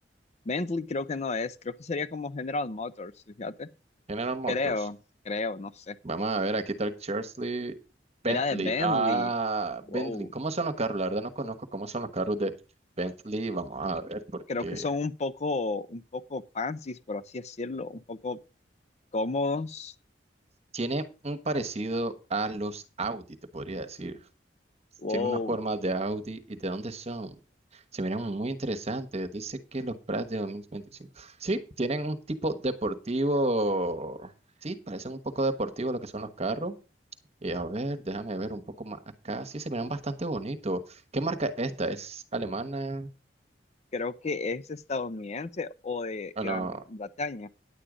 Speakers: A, on the left; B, on the right.
A: Bentley creo que no es, creo que sería como General Motors, fíjate.
B: General Motors.
A: Creo, creo, no sé.
B: Vamos a ver, aquí está el Cheersley Bentley.
A: Era de Bentley.
B: Ah, Bentley.
A: Wow.
B: ¿Cómo son los carros? La verdad no conozco cómo son los carros de Bentley. Vamos a ver, porque
A: Creo que son un poco, un poco fancy, por así decirlo, un poco cómodos.
B: tiene un parecido a los Audi, te podría decir.
A: Wow.
B: tiene una forma de Audi y de dónde son. Se miran muy interesantes. Dice que los Prats de 2025 Sí, tienen un tipo deportivo. Sí, parecen un poco deportivos lo que son los carros. Y a ver, déjame ver un poco más acá. Sí, se miran bastante bonitos. ¿Qué marca es esta? ¿Es alemana?
A: Creo que es estadounidense o de
B: Ah,
A: Gran
B: no.
A: Bretaña.